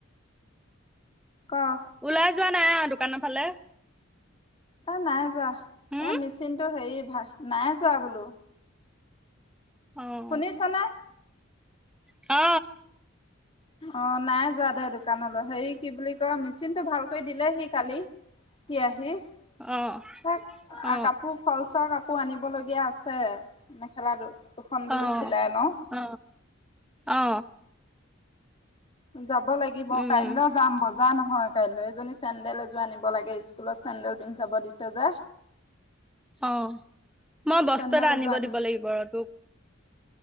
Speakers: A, on the left (about 25°); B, in the centre.
A: ক'।
B: ওলাই যোৱা নাই আৰ দোকানৰ ফালে।
A: অ', নাই যোৱা।
B: হম
A: এই মেচিনটো হেৰি হয় নাই যোৱা বোলো।
B: অ অ,
A: শুনিছনে
B: অ,
A: অ নাই যোৱা দে দোকানলৈ হেৰি কি বুলি কয় মিচিন টো ভাল কৈ দিলে সি কালি। সি আহি। সে
B: অ অ
A: কাপোৰ ফলচৰ কাপোৰ আনিব লগীয়া এয়া আছে। মেখেলা দুখন বোলো
B: অ
A: চিলাই লওঁ,
B: অ অ
A: যাব লাগিব
B: উম
A: কাইলৈ যাম বজাৰ নহয়। কাইলৈ এজনী চেণ্ডেল এযোৰ আনিব লাগে স্কুলত চেণ্ডেল পিন্ধি চাব দিছে যে।
B: অ মই বস্তু
A: চেন্দেল
B: এটা আনিব
A: এযোৰ আনি
B: দিব লাগিব ৰ তোক।